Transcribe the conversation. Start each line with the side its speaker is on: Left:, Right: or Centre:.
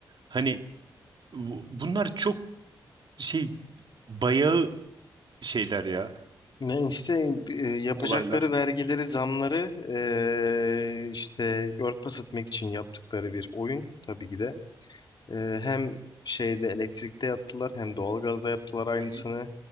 Right: hani bu- bunlar çok şey bayağı şeyler ya
Left: Ne işte e, yapacakları
Right: olaylar.
Left: vergileri, zamları e, işte örtbas etmek için yaptıkları bir oyun tabii ki de. Ee, hem şeyde elektrikte yaptılar hem doğalgazda yaptılar aynısını.
Right: Hı hı.